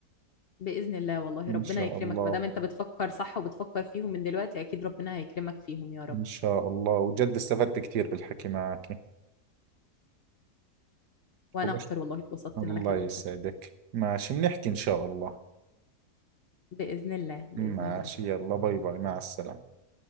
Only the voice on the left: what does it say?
بإذن الله والله
ربنا
يكرمك
ما دام انت بتفكر صح وبتفكر فيهم من دلوقتي اكيد ربنا هيكرمك فيهم يا رب
وانا
اكتر والله اتبسطت
ان انا كلمتك
بإذن الله بإذن
الله